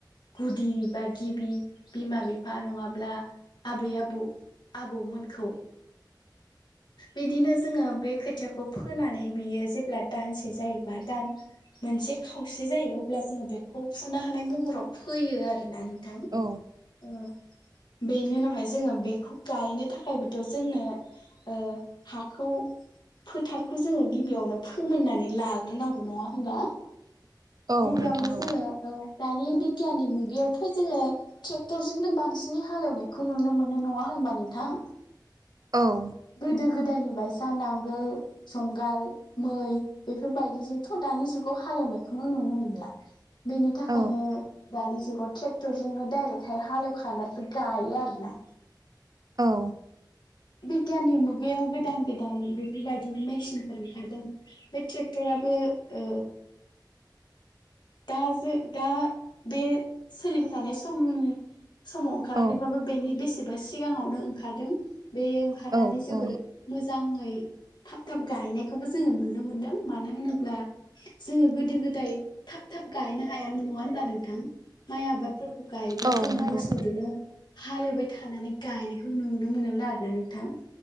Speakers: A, on the left (about 70°); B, on the right (about 55°).
A: गुदि बा गिबि बिमा बिफा नङाब्ला आबै आबौ आबौमोनखौ बिदिनो जोङो बे खोथियाखौ फोनानै बियो जेब्ला दानसे जायोबा दान मोनसे खावसे जायो अब्ला जोङो बेखौ फुनो हानाय महराव फैयो आरोना नों थां
B: औ
A: ओ बेनि उनावहाय जोङो बेखौ गायनो थाखायबोथ' जोंनो ओ हाखौ फोथारखौ जोङो गिबियावनो फोमोननानै लाग्रोनांगौ नङा होमबा
B: औ
A: गिबियावनो
B: नोंथां
A: जोङो दानि बिगियाननि मुगायावथ' जोङो ट्रेक्टरजोंनो बांसि ननि हालवनायखौ नुबा नोंथां
B: औ औ
A: गोदो गोदायनि बायसा नांगोल संगाल मै बेफोरबायदि जोंथ' दानि जुगाव हालेवनायखौनो नुनो मोनला बेनि थाखायनो
B: औ
A: दानि जुगाव ट्रेक्टरजोंनो डाइरेक्टहाय हालवखानसो गायो आरो ना
B: औ
A: बिगियाननि मुगायाव गोदान गोदान बेफोरबायदिनो मेसिनफोर ओंखारदों बे ट्रेक्टराबो औ दा जों दा बे सोलिबाय थानाय सम समाव ओंखाराखैबाबो
B: औ
A: बेनि बेसेबा सिगाङावनो ओंखारदों बे ओंखारनानै
B: औ
A: जोबोर मोजां ङै थाब थाब गायनायखौबो जोङो नुनो मोनदों मानो होनोब्ला जोङो गोदो गोदाय थाब थाब गायनो हायामोन नङा होनब्ला नोंथां माइ आबादफोरखौबो गायोब्ला
B: औ
A: जोङो
B: नंगौ
A: मोसौजोंनो हालेवबाय थानानै गायनायखौ नुनो मोनोमोन आरोना नोंथां